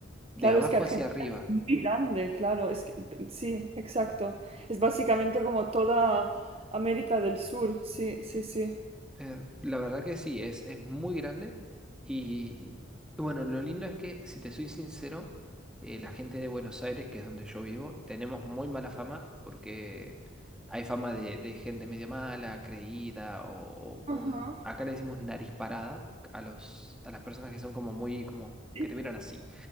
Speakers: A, in the centre; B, on the right.
A: de
B: Claro,
A: abajo
B: es que Argentina
A: hacia arriba.
B: es muy grande, claro, es que- sí, exacto. Es básicamente como toda América del Sur, sí, sí, sí.
A: Eh, la verdad que sí, es, es muy grande. Y, y bueno, lo lindo es que, si te soy sincero, eh, la gente de Buenos Aires, que es donde yo vivo, tenemos muy mala fama porque hay fama de, de gente medio mala, creída, o,
B: Ajá,
A: o un- acá le decimos nariz parada a los, a las personas que son como muy, como
B: sí,
A: que te miran así.